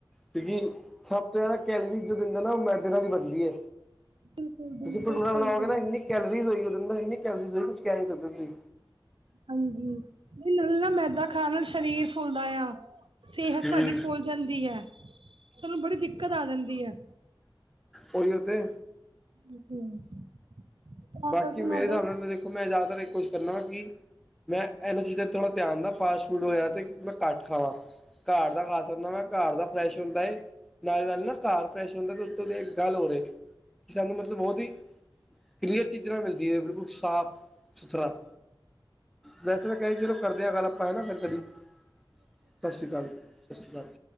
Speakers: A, in the centre; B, on the right.
A: ਕਿਉਂਕਿ ਸਭ ਤੋਂ ਜ਼ਿਆਦਾ ਕੈਲਰੀਜ਼ ਜੋ ਦਿੰਦਾ ਨਾ ਉਹ ਮੈਦੇ ਨਾਲ ਹੀ ਬਣਦੀ ਹੈ।
B: ਬਿਲਕੁਲ
A: ਤੁਸੀਂ
B: ਬਿਲਕੁਲ
A: ਭਟੂਰਾ
B: ਸਹੀ
A: ਬਣਾਓਗੇ
B: ਕਹਿ
A: ਇੰਨੀ
B: ਰਹੇ ਹੋ।
A: ਕੈਲੋਰੀਜ਼ ਹੋਏਗੀ ਉਦੇ ਅੰਦਰ, ਇੰਨੀ ਕੈਲੋਰੀਜ਼ ਹੋਏਗੀ ਕੁਛ ਕਹਿ ਨੀ ਸਕਦੇ ਤੁਸੀਂ।
B: ਹਾਂਜੀ ਨਹੀ‌ ਹੂੰਨ ਨਾ ਮੈਦਾ ਖਾਣ ਨਾਲ ਸਰੀਰ ਫੁੱਲਦਾ ਆ ਸਿਹਤ
A: ਹੂੰ
B: ਸਾਡੀ ਫੁੱਲ ਜਾਂਦੀ ਹੈ ਤੁਹਾਨੂੰ ਬੜੀ ਦਿੱਕਤ ਆ ਜਾਂਦੀ ਹੈ
A: ਉਹੀੳ ਤੇ
B: <inaudible> ਤਾਂ
A: ਬਾਕੀ
B: ਕਰਕੇ
A: ਮੇਰੇ
B: ਮੈਦਾ
A: ਹਿਸਾਬ ਨਾਲ ਤਾਂ ਦੇਖੋ ਮੈਂ, ਜ਼ਿਆਦਾਤਰ ਇਹ ਕੁਛ ਕਰਨਾ ਕੀ ਮੈਂ ਇਹਨਾਂ ਚੀਜ਼ਾਂ ਤੇ ਥੋੜ੍ਹਾ ਧਿਆਨ ਨਾਲ ਫਾਸਟ ਫੂਡ ਹੋ, ਤੇ ਮੈਂ ਘੱਟ ਖਾਵਾਂ। ਘਰ ਦਾ ਖਾ ਸਕਦਾ ਮੈਂ ਘਰ ਦਾ ਫਰੈਸ਼ ਹੁੰਦਾ ਨਾਲੇ ਨਾਲ ਨਾ ਘਰ ਫੈ ਹੁੰਦਾ ਉੱੋਂ <inaudible> ਦੀ ਗੱਲ ਹੋ ਰਹੀ ਕਿ ਸਾਨੂੰ ਮਤਲਬ ਬਹੁਤ ਹੀ ਕਲੀਅਰ ਚੀਜ਼ਾਂ ਮਿਲਦੀਆਂ ਹੈ ਬਿਲਕੁਲ ਸਾਫ ਸੁਥਰਾ। ਵੈਸੇ ਤਾਂ ਕਿਹਾ ਸੀ ਚਲੋ ਕਰਦੇ ਹਾਂ ਗੱਲ ਆਪਾਂ ਹੈ ਨਾ ਫਿਰ ਕਦੀ ਸਤਿ ਸ਼੍ਰੀ ਅਕਾਲ ਜੀ ਸਤਿ ਸ਼੍ਰੀ ਅਕਾਲ